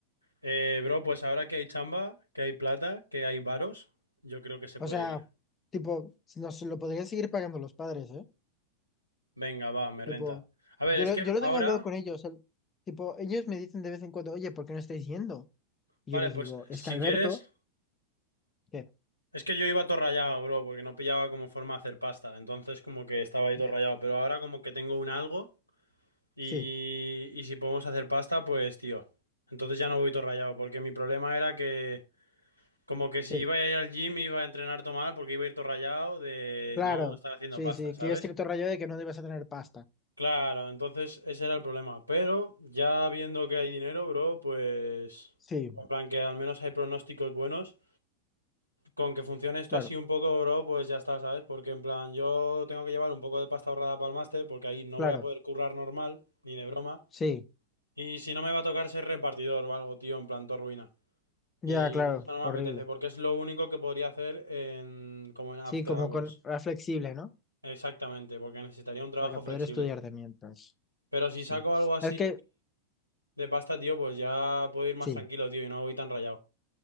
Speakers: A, on the right; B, on the left.
A: Eh, bro, pues ahora que hay chamba, que hay plata, que hay varos, yo creo que se
B: O
A: puede
B: sea,
A: ir.
B: tipo, nos lo podrían seguir pagando los padres, ¿eh?
A: Venga, va, me
B: Tipo,
A: renta. A
B: yo
A: ver, es
B: lo,
A: que
B: yo lo
A: ahora,
B: tengo hablado con ellos. el- tipo, ellos me dicen de vez en cuando, oye, ¿por qué no estáis yendo? Y
A: vale,
B: yo les
A: pues
B: digo, es
A: si
B: que Alberto,
A: quieres.
B: ¿qué?
A: Es que yo iba todo rayado, bro, porque no pillaba como forma de hacer pasta. Entonces como que estaba ahí
B: Ya.
A: todo rayado. Pero ahora como que tengo un algo y,
B: Sí,
A: y si podemos hacer pasta, pues tío. Entonces ya no voy todo rayado, porque mi problema era que como que si
B: sí,
A: iba a ir al gym iba a entrenar todo mal porque iba a ir todo rayado de
B: claro.
A: no estar haciendo
B: Sí,
A: pasta,
B: sí,
A: ¿sabes?
B: que yo estoy todo rayado de que no debes a tener pasta.
A: Claro, entonces ese era el problema. Pero ya viendo que hay dinero, bro, pues...
B: Sí,
A: En plan que al menos hay pronósticos buenos. Con que funcione esto
B: claro,
A: así un poco, bro, pues ya está, ¿sabes? Porque en plan, yo tengo que llevar un poco de pasta ahorrada para el máster, porque ahí no
B: claro.
A: voy a poder currar normal, ni de broma.
B: Sí,
A: Y si no me va a tocar ser repartidor o algo, tío, en plan, todo ruina.
B: ya,
A: Y
B: claro,
A: eso no me
B: horrible.
A: apetece, porque es lo único que podría hacer en, como en After
B: Sí, como
A: Hours.
B: con ah, flexible, ¿no?
A: Exactamente, porque necesitaría un trabajo
B: Para poder
A: flexible.
B: estudiar de mientras.
A: Pero si
B: Sí.
A: saco algo así
B: Es que,
A: de pasta, tío, pues ya puedo ir más
B: sí,
A: tranquilo, tío, y no voy tan rayado.